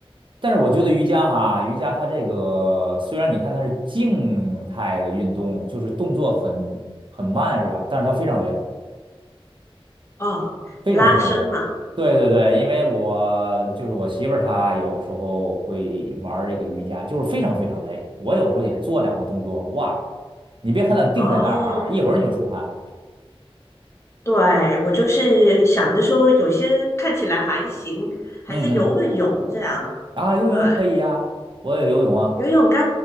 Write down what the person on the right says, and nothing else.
但是我觉得瑜伽哈，瑜伽它这个虽然你看它是静态的运动，就是动作很很慢是吧？但是它非常累。
非常非常累。
对对对，因为我就是我媳妇儿，她有时候会玩儿这个瑜伽，就是非常非常累。我有时候也做两个动作，哇，你别看她定在那儿哈，
一会儿你就出汗。
嗯嗯，啊，游泳可以呀，
我也游泳啊。